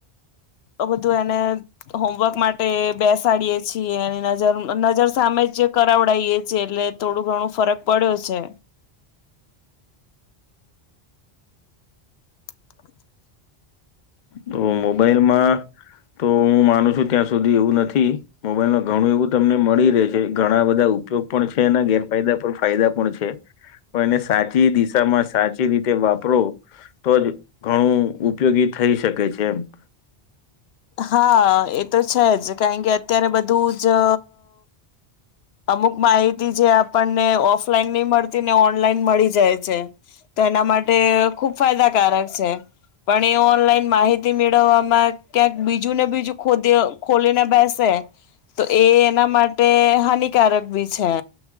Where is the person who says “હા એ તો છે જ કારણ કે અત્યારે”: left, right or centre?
Left